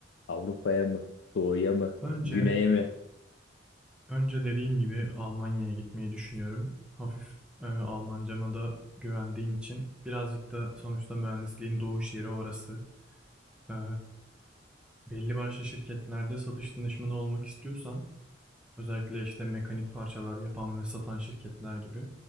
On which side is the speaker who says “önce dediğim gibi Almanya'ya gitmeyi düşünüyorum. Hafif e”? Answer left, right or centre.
Centre